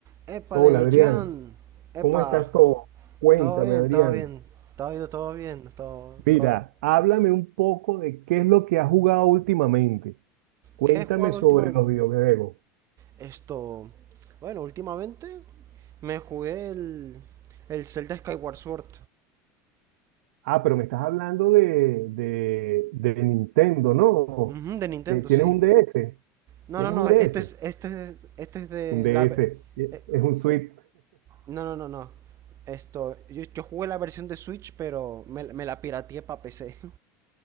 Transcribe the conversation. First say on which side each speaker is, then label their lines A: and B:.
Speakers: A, on the right; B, on the right.
A: Épale,
B: Hola Adrián,
A: Gian. Epa.
B: ¿cómo estás todo? Cuéntame
A: Todo bien,
B: Adrián.
A: todo bien. Todo ha ido todo bien. Todo,
B: Mira,
A: todo-
B: háblame un poco de qué es lo que has jugado últimamente. Cuéntame
A: ¿Qué he jugado
B: sobre
A: últimamente?
B: los videojuegos.
A: Esto. Bueno, últimamente me jugué el. El Zelda Skyward Sword.
B: Ah, pero me estás hablando de, de, de Nintendo, ¿no?
A: Ujú, de Nintendo,
B: Te- ¿Tienes
A: sí.
B: un DS?
A: No,
B: ¿Tienes
A: no, no.
B: un DS?
A: Este es. Este es, este es de
B: Un DS.
A: la. ve-
B: Es
A: eh,
B: un Switch.
A: no, no, no, no. Esto. Yo, yo jugué la versión de Switch, pero me, me la pirateé para PC. <laughs>